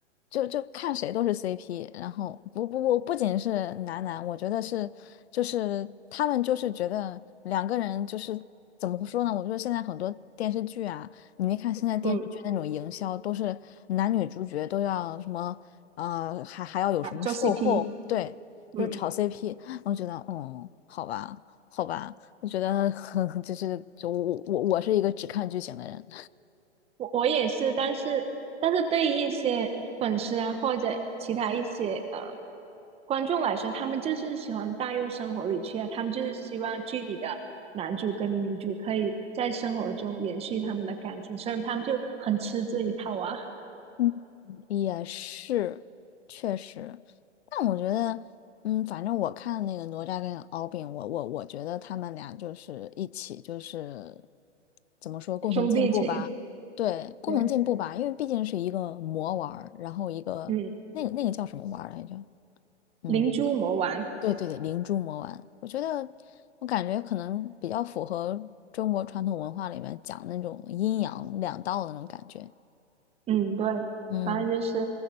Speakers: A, on the left; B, on the right.
A: 就就看谁都是 CP。然后不不不，不仅是男男，我觉得是就是他们就是觉得两个人就是怎么说呢？我觉得现在很多电视剧啊，你没看现在电视剧那种营销都是男女主角都要什么呃，
B: 嗯
A: 还还要有什么售后，
B: 啊，做 CP，
A: 对，
B: 嗯。
A: 就是炒 CP。我觉得，嗯，好吧，好吧。我觉得很 <laughs> 就是就我我我是一个只看剧情的人，
B: 我我也是，但是但是对于一些粉丝啊或者其他一些呃观众来说，他们就是喜欢带入生活里去啊，他们就是希望剧里的男主跟女主可以在生活中延续他们的感情，所以他们就很吃这一套啊，
A: 嗯，<laughs> 也是确实，但我觉得嗯，反正我看那个哪吒跟敖丙，我我我觉得他们俩就是一起就是怎么说共同进步吧，
B: <laughs> 兄弟情，
A: 对，共同进步吧，
B: 对，
A: 因为毕竟是一个魔丸儿，然后一个那个那个叫什么丸儿来着？
B: 嗯，
A: 嗯。
B: 灵珠魔丸，
A: 对对对，灵珠魔丸，我觉得我感觉可能比较符合中国传统文化里面讲那种阴阳两道的那种感觉。
B: 嗯，对，
A: 嗯，
B: 反正就是，